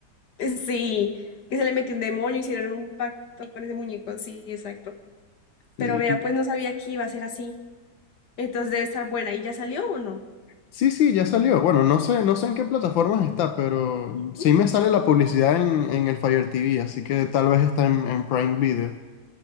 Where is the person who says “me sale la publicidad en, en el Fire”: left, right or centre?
Left